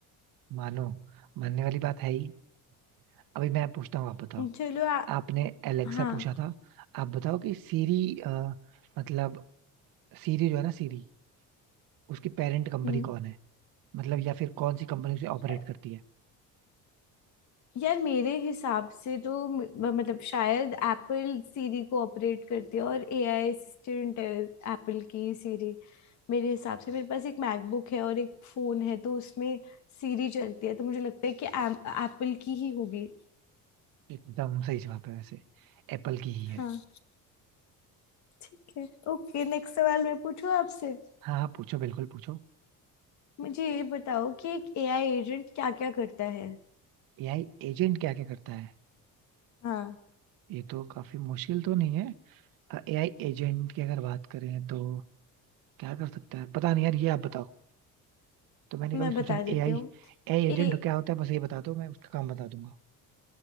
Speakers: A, on the right; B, on the left.
A: मानो मानने वाली बात है ही अभी मैं पूछता हूँ आप बताओ
B: चलो आ,
A: आपने एलेक्सा
B: हाँ
A: पूछा था आप बताओ कि सीरी मतलब सीरी जो है ना सीरी उसकी पेरेंट कंपनी
B: हम्म
A: कौन है मतलब या फिर कौन सी कंपनी उसे ऑपरेट
B: अ,
A: करती है
B: यार मेरे हिसाब से तो म- मतलब शायद एप्पल सीरी को ऑपरेट करती है और एआई असिस्टेंट है एप्पल की सीरी मेरे हिसाब से मेरे पास एक मैकबुक है और एक फोन है तो उसमें सीरी चलती है तो मुझे लगता है कि एप्पल की ही होगी
A: एकदम सही जवाब है वैसे एप्पल की ही
B: हाँ
A: है
B: ठीक है ओके नेक्स्ट सवाल मैं पूछूं आपसे
A: हाँ हाँ पूछो बिल्कुल पूछो
B: मुझे ये बताओ कि एक एआई एजेंट क्या क्या करता है
A: एआई एजेंट क्या क्या करता है
B: हाँ
A: ये तो काफी मुश्किल तो नहीं है एआई एजेंट की अगर बात करें तो क्या कर सकता है पता नहीं यार ये आप बताओ तो मैंने
B: मैं
A: कभी सोचा
B: बता
A: नहीं
B: देती
A: एआई
B: हूँ
A: एआई एजेंट
B: ए
A: क्या होता है बस ये बता दो मैं उसका काम बता दूंगा